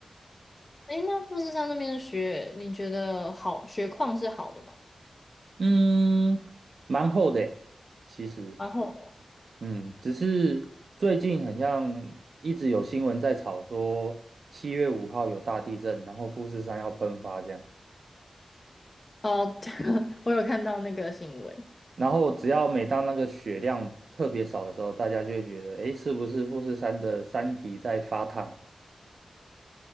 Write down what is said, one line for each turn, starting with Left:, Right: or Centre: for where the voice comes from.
Left: 诶，那富士山那边的雪，你觉得好，雪况是好的吗？
Right: 嗯，蛮厚的诶其实，
Left: 然后
Right: 嗯，只是最近好像一直有新闻在炒说七月五号有大地震，然后富士山要喷发这样，
Left: 哦，<laughs> 对我有看到那个新闻，
Right: 然后只要每当那个雪量特别少的时候，大家就会觉得，诶，是不是富士山的山体在发烫？